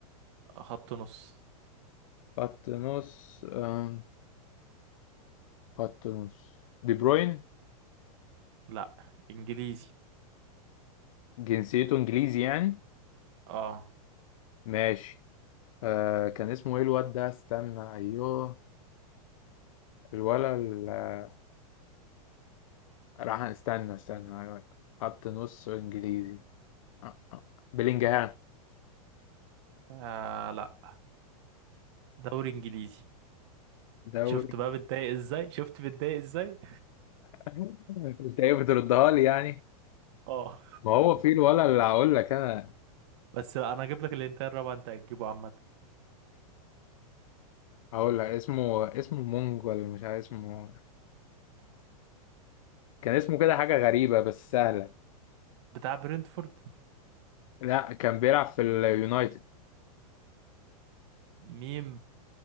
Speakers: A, on the right (about 45°); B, on the left (about 60°).
A: خط نص
B: خط نص آم، خط نص دي بروين
A: لا انجليزي
B: جنسيته انجليزي يعني
A: اه,
B: ماشي آه كان اسمه ايه الواد ده استنى ايوه الولا ال- آه، راح استنى استنى أيوة. خط نص انجليزي آه، آه. بلينجهام
A: آه لا دوري انجليزي
B: دوري
A: شفت بقى بتضايق ازاي شفت بتضايق ازاي
B: <laughs> انت ايه بتردها لي يعني
A: اه
B: ما هو في الولا اللي هقول لك انا
A: بس لا انا هجيب لك الانتاير الرابع انت هتجيبه عامه
B: هقول لك اسمه اسمه مونج ولا مش عارف اسمه كان اسمه كده حاجة غريبة بس سهلة
A: بتاع برينتفورد
B: لا كان بيلعب في اليونايتد
A: ميم